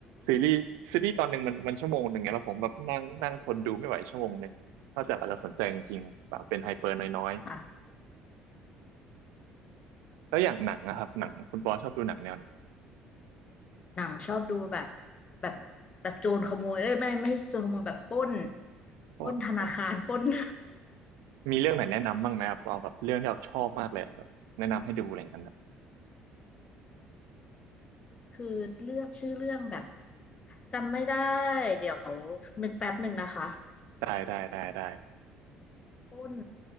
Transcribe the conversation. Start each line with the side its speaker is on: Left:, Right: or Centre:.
Right: ซีรีส์ซีรีส์ตอนหนึ่งมันมันชั่วโมงหนึ่งไงแล้วผมแบบนั่งนั่งทนดูไม่ไหวชั่วโมงหนึ่งนอกจากอาจจะสนใจจริงๆเปล่าเป็นไฮเปอร์น้อย
Left: <laughs> ค่ะ
Right: ๆแล้วอย่างหนังนะครับหนังคุณปอชอบดูหนังแนวเนี่ย
Left: หนังชอบดูแบบแบบแบบโจรขโมยเอ้ยไม่ไม่ใช่โจรขโมยแบบปล้น
Right: โคตร
Left: ปล้นธนาคารปล้น <laughs>
Right: มีเรื่องไหนแนะนำบ้างไหมครับเอาแบบเรื่องที่เราชอบมากเลยแบบแนะนำให้ดูอะไรอย่างนั้นนะ
Left: คือเลือกชื่อเรื่องแบบจำไม่ได้เดี๋ยวนึกแป๊บหนึ่งนะคะ
Right: ได้ได้ได้ได้
Left: ปล้น